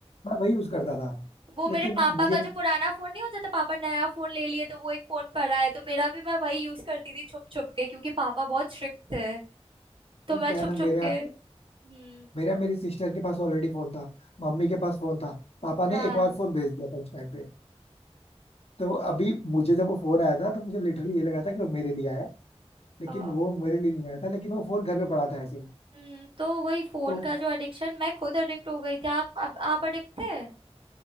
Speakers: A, on the left; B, on the right.
A: मैं वही यूज करता था
B: वो
A: लेकिन
B: मेरे पापा का
A: ये
B: जो पुराना फोन नहीं हो जाता पापा नया फोन ले लिए तो वो एक फोन पड़ा है तो मेरा भी मैं वही यूज करती थी छुप छुप के क्योंकि पापा बहुत स्ट्रिक्ट थे तो
A: नहीं
B: मैं
A: क्या है
B: छुप
A: ना
B: छुप
A: मेरे यहाँ
B: के हम्म
A: मेरे यहाँ मेरी सिस्टर के पास ऑलरेडी फोन था मम्मी के पास फोन था पापा ने
B: हाँ
A: एक और फोन भेज दिया था उस टाइम पे तो अभी मुझे जब वो फोन आया था तो मुझे लिटरली ये लगा
B: हम्म
A: था कि वो मेरे लिए आया है, लेकिन
B: अ,
A: वो मेरे लिए नहीं आया था लेकिन वो फोन घर पे पड़ा था ऐसे ही।
B: हम्म, तो वही फोन
A: तो
B: का जो एडिक्शन मैं खुद एडिक्ट हो गई थी आप अब आप एडिक्ट थे